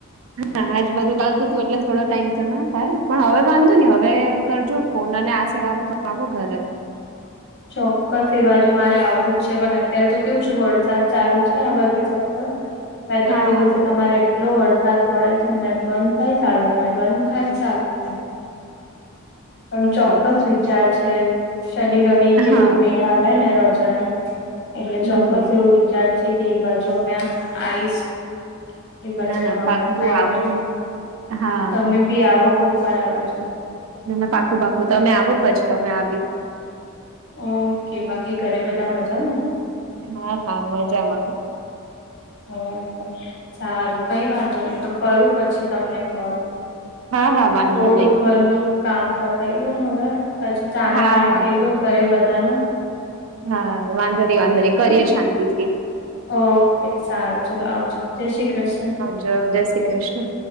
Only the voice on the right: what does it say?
હા આજ બધું ચાલતું હતું એટલે થોડો ટાઈમ તો ના થાય પણ હવે વાંધો નને હવે કરજો પોના ને આશળ આવો જો ઘરે
હા
બરાબર
હા
હમ
ના ના
પાકું
આવો
હા
ના ના પાખું પાખું તો તમે આવો પછી અમે આવીએ
હા હા મજામાં હ
હા હા વાંધો
નહી
હા
હા
હા વાંધા
નહી વાંધા નહી કરીએ
શાંતિ થી
જ જય શ્રી કૃષ્ણ.